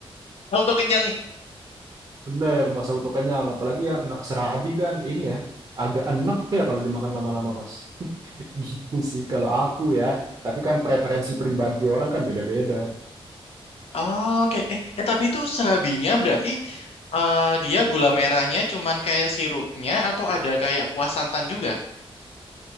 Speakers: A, on the left; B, on the right.
A: <laughs> Auto kenyang.
B: Bener, masa auto kenyang. Apalagi ya nah, serabi kan ini ya agak enak ya kalau dimakan lama-lama, Mas. <laughs> Gitu sih kalau aku ya. Tapi kan preferensi pribadi orang kan beda-beda.
A: Oke, Eh, eh, tapi itu serabinya berarti Eh, dia gula merahnya cuman kayak sirupnya atau ada kayak kuah santan juga?